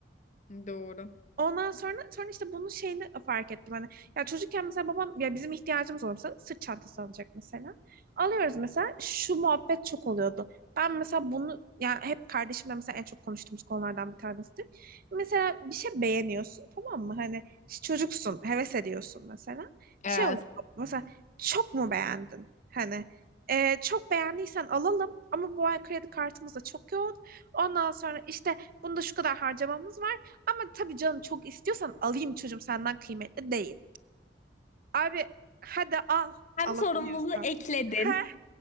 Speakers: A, on the left; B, on the right.
A: Doğru.
B: Ondan sonra sonra işte bunun şeyini fark ettim hani ya çocukken mesela babam ya bizim ihtiyacımız olursa sırt çantası alacak mesela. Alıyoruz mesela şu muhabbet çok oluyordu. Ben mesela bunu ya hep kardeşimle mesela en çok konuştuğumuz konulardan bir tanesidir. Mesela bir şey beğeniyorsun tamam mı? Hani işte çocuksun, heves ediyorsun mesela.
A: Evet.
B: Şey oluyor mesela çok mu beğendin? Hani e, çok beğendiysen alalım ama bu ay kredi kartımız da çok yoğun. Ondan sonra işte bunda şu kadar harcamamız var. Ama tabii canım çok istiyorsan alayım çocuğum senden kıymetli değil. Abi hadi al
A: Hem
B: alabiliyorsan.
A: sorumluluğu ekledin,
B: Heh,